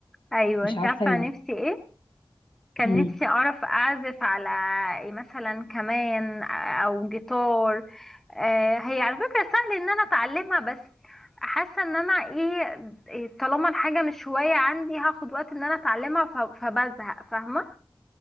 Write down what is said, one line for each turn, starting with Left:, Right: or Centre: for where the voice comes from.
Centre: ايوه
Left: مش
Centre: انتي
Left: عارفه
Centre: عارفه
Left: ليه
Centre: نفسي ايه كان
Left: امم
Centre: نفسي أعرف أعزف على إيه مثلا كمان أو جيتار آه، هي على فكرة سهل إن أنا أتعلمها بس حاسة إن أنا إيه إيه، طالما الحاجة مش هواية عندي هاخد وقت إن أنا أتعلمها ف- فبزهق فاهمة